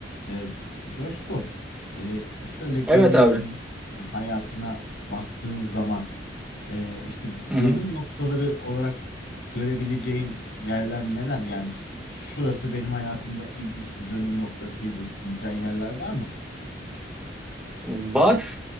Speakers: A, on the left; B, in the centre.
A: Evet, Coşku, e, şöyle geriye
B: Evet abi.
A: dön hayatına baktığın zaman e, işte
B: Hı
A: dönüm
B: hı.
A: noktaları olarak görebileceğin yerler neler? Yani ş- şurası benim hayatımda ilginç bir dönüm noktasıydı diyeceğin yerler var mı?
B: Var